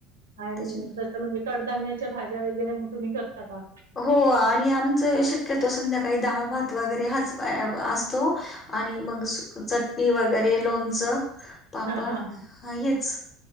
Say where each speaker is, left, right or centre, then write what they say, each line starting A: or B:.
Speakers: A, on the right (about 85°); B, on the left (about 35°).
A: आणि
B: त्याच्या
A: तसं म्हणजे कडधान्यांच्या भाज्यां वगैरें तुम्हीं करतां कां
B: हो आणि आमचं शक्यंतो वर संध्याकांळी डाळ भात वगैरें हांच असतों आणि मंग चटणी वगैरें लोणचं पापड
A: हां, हां, हां.
B: हेच